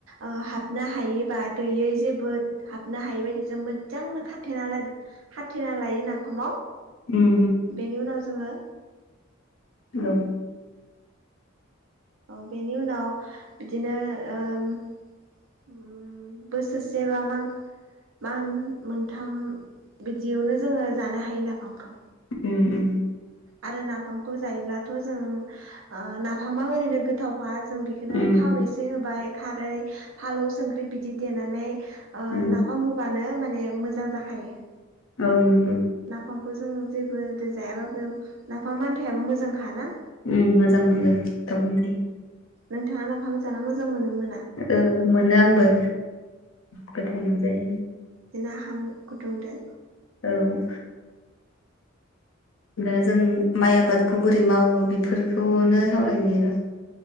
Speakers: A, on the right (about 80°); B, on the left (about 85°).
A: ओ हाबनो हायै बा दैयै जेबो हाबनो हायै बायदि जों मोजजांनो खाथेना लाद खाथेना लायो नाफामाव।
B: उम
A: बेनि उनाव जोङो
B: औ।
A: औ बेनि उनाव बिदिनो ओम उम बोसोरसे बा मां मान मोनथाम बिदियावनो जोङो जानो हायो नाफामखौ।
B: उम उम।
A: आरो नाफामखौ जायोब्लाथ' जों ओ नाफामा ओरैनो गोथावखा। जों बेखोनो
B: उम
A: थाव एसे होबाय खारै फालौ संख्रि बिदि देनानै ओ
B: उम
A: नाफाम होबानो माने मोजां जाखायो।
B: औ नंगौ।
A: नाफामखौ जों जेबो दो जायाबाबो नाफाम आन्थायाबो मोजांखा ना?
B: उम मोजां मोनो गोथाव मोनजायो।
A: नोंथाङा नाफाम जान मोजां मोनोमोन?
B: औ मोनो आंबो गोथाव मोनजायो।
A: जोंना हाम गुदुंदो
B: औ। दा जों माइ आबादखौ बोरै मावो बेफोरखौनो सावरायनो र'